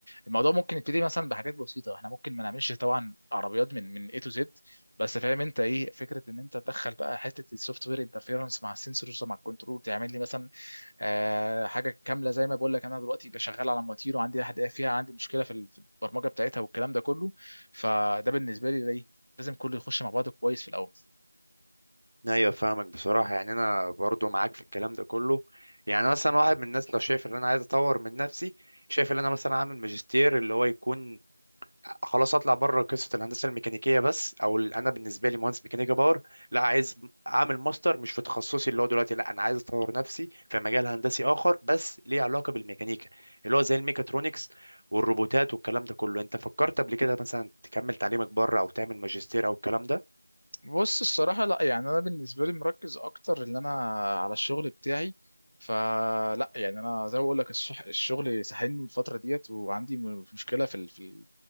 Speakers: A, on the left (about 75°); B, on the right (about 75°).
A: الموضوع ممكن يبتدي مثلا بحاجات بسيطه احنا ممكن ما نعملش طبعا عربيات من من اي تو زد بس فاهم انت ايه فكره ان انت تدخل بقى حته السوفت وير انترفيرنس مع السنسورز ومع الكنترول تعمل لي مثلا آه، حاجه كامله زي ما بقول لك انا دلوقتي بشغال على مواتير وعندي حد فيها عندي مشكله في ال- في البرمجه بتاعتها والكلام ده كله فده بالنسبه لي ايه لازم كله يخش مع بعضه كويس في الاول
B: ايوه فاهمك بصراحه يعني انا برضو معاك في الكلام ده كله يعني أنا مثلا واحد من الناس لو شايف ان انا عايز اطور من نفسي شايف ان انا مثلا اعمل ماجستير اللي هو يكون خلاص اطلع بره قصه الهندسه الميكانيكيه بس او ال- انا بالنسبه لي مهندس ميكانيكا باور لا عايز اعمل ماستر مش في تخصصي اللي هو دلوقتي لا انا عايز اطور نفسي في مجال هندسي اخر بس ليه علاقه بالميكانيكا اللي هو زي الميكاترونكس والروبوتات والكلام ده كله انت فكرت قبل كده مثلا تكمل تعليمك بره او تعمل ماجستير او الكلام ده
A: بص الصراحه لا يعني انا بالنسبه لي مركز اكتر ان انا على الشغل بتاعي فلا يعني انا زي ما بقول لك الصح- الشغل ساحلني الفتره ديت وعندي م- مشكله في ال- في ال-